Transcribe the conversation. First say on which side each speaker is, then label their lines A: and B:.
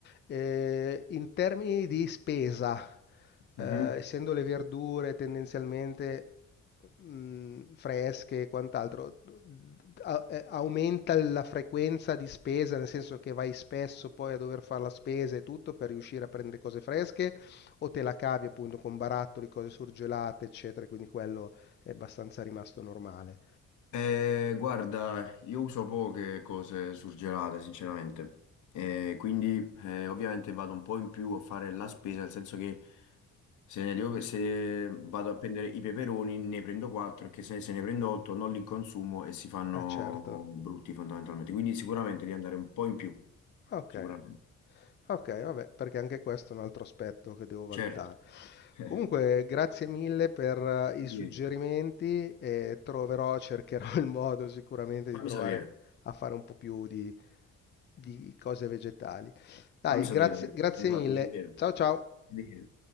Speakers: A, on the left; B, on the left.
A: Eh, in termini di spesa, eh,
B: mhm.
A: essendo le verdure tendenzialmente mh, fresche e quant'altro, a- eh, aumenta la frequenza di spesa, nel senso che vai spesso poi a dover fare la spesa e tutto per riuscire a prendere cose fresche, o te la cavi appunto con barattoli, cose surgelate, eccetera, quindi quello è abbastanza rimasto normale.
B: Eh, guarda, io uso poche cose surgelate, sinceramente. Eh, quindi eh, ovviamente vado un po' in più a fare la spesa, nel senso che se ne devo- se vado a prendere i peperoni ne prendo 4, perché se, se ne prendo 8 non li consumo e si fanno
A: Eh certo,
B: brutti fondamentalmente. Quindi sicuramente di andare un po' in più,
A: ok,
B: sicuramente.
A: ok, vabbè, perché anche questo è un altro aspetto che devo valutare.
B: Certo. <laughs>
A: Comunque, grazie mille per eh,
B: Di
A: i suggerimenti
B: che?
A: e troverò, <laughs> cercherò il modo sicuramente
B: Fammi
A: di provare
B: sapere,
A: a fare un po' più di, di cose vegetali. Dai,
B: fammi sapere,
A: grazie, grazie
B: mi fa
A: mille.
B: piacere.
A: Ciao ciao.
B: Di che?